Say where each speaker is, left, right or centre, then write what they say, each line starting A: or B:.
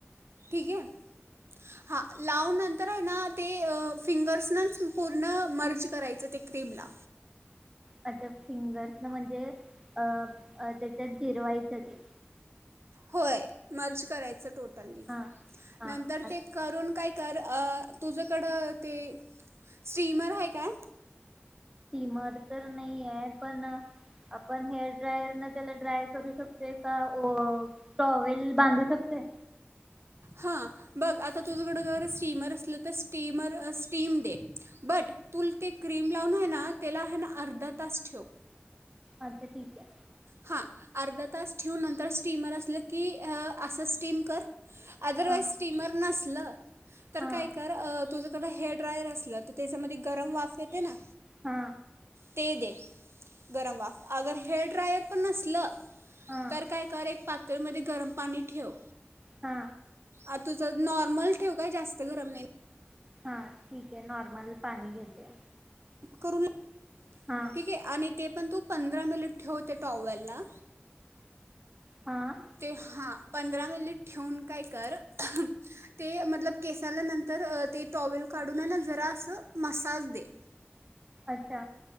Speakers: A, on the right (about 75°); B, on the right (about 15°).
A: ठीक हे हा लाव नं तर हाय ना ते फिंगर्सनच पूर्ण मर्ज करायच ते क्रीमला
B: अच्छा फिंगर्स ना म्हणजे अ त्याच्यात जिरवायच ते
A: होय मर्ज करायचं तो टली
B: हा हा
A: नंतर ते करून काय तर तुझ्याकडं ते स्टीमर आहे काय?
B: माझं तर नही आहे पण आपण हेअर ड्रायर न त्याला ड्राय करू शकतोय का ओ टॉवेल बांधू शकतोय
A: हा बघ आता तुझकड जर शीमर असलं तर स्टीमर स्टीम दे, बट तूल ते क्रीम लावून हाय ना त्याला हाय ना अर्धा तास ठेव
B: अच्छा ठीक आहे
A: हां अर्ध तास ठेवून नंतर स्टीमर असलं की असं स्टीम कर अदरवाइज
B: हां
A: स्टीमर नसलं, तर
B: हां
A: काय कर तुझकड हे ड्रायर असलं तर त्याचमध्ये गरम वाफ येते ना
B: हा
A: ते दे गरम वाफ अगर हेअर ड्रायर पण नसलं
B: हां
A: तर काय कर एक पा त्या मध्ये गरम पाणी ठेव
B: हा
A: आ तुझं नॉर्मल ठेव काय जास्त गरम नाही
B: हा ठीक आहे नॉर्मल पाणी घेते
A: करू ल
B: हां
A: ठीक आहे आणि ते पण तू पंधरा मिनिट ठेव ते टॉवेलला
B: हां
A: ते हा पंधरा मिनिट ठेवून काय कर ते मतलब केसांना नंतर ते टॉवेल काढून हाय ना जरा असं मसाज दे
B: अच्छा